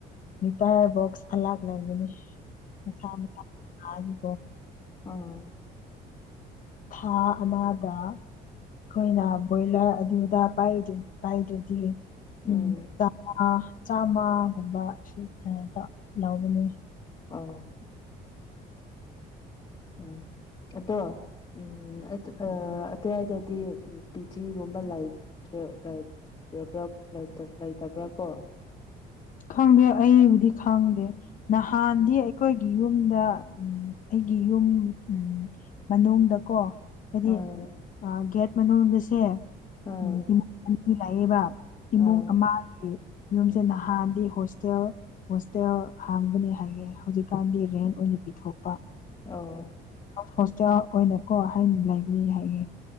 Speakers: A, on the left; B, on the left.
A: ꯃꯤꯇꯥꯔ ꯕꯣꯛꯁ ꯑꯂꯥꯛ ꯂꯩꯒꯅꯤ ꯃꯁꯥ ꯃꯁꯥ ꯂꯥꯛꯑꯅꯤꯀꯣ
B: ꯑꯣ
A: ꯊꯥ ꯑꯃꯗ ꯑꯩꯈꯣꯏꯅ ꯕꯣꯏꯂꯔ ꯑꯗꯨꯗ ꯄꯥꯏꯗ꯭ꯔꯗꯤ
B: ꯎꯝ
A: ꯎꯝꯃ ꯆꯥꯝꯃꯒꯨꯝꯕ ꯁ ꯂꯧꯕꯅꯦ
B: ꯑ ꯎ ꯑꯗꯣ ꯎꯝ ꯑ ꯑꯗꯨꯋꯥꯏꯗꯗꯤ ꯄꯤ ꯖꯤꯒꯨꯝꯕ ꯂꯩꯇ꯭ꯔꯦ ꯂꯩ꯭ꯔꯥ ꯂꯩꯇꯕ꯭ꯔꯥ ꯀꯣ
A: ꯈꯪꯗꯦ ꯑꯩꯕꯨꯗꯤ ꯈꯪꯗꯦ ꯅꯍꯥꯟꯗꯤ ꯑꯩꯈꯣꯏꯒꯤ ꯌꯨꯝꯗ ꯎꯝ ꯑꯩꯒꯤ ꯌꯨꯝ ꯎ ꯃꯅꯨꯡꯗꯀꯣ ꯍꯥꯏꯗꯤ
B: ꯑꯥ
A: ꯒꯦꯠ ꯃꯅꯨꯡꯗꯁꯦ
B: ꯑꯥ
A: ꯎꯝ ꯏꯃꯨꯡ ꯑ ꯂꯥꯛꯏꯕ ꯏꯃꯨꯡ
B: ꯑꯥ
A: ꯑꯃꯒꯤ ꯌꯨꯝꯁꯦ ꯅꯍꯥꯟ ꯗꯤ ꯍꯣꯁꯇꯦꯜ ꯍꯣꯁꯇꯦꯜ ꯍꯥꯡꯕꯅꯤ ꯍꯥꯏꯌꯦꯦ ꯍꯧꯖꯤꯛꯀꯥꯟꯗꯤ ꯔꯦꯟ ꯑꯣꯏꯅ ꯄꯤꯊꯣꯛꯄ
B: ꯑ
A: ꯍꯣꯁꯇꯦꯜ ꯑꯣꯏꯅꯀꯣ ꯍꯥꯏꯩꯅ ꯂꯩꯕꯅꯤ ꯍꯥꯏꯌꯦ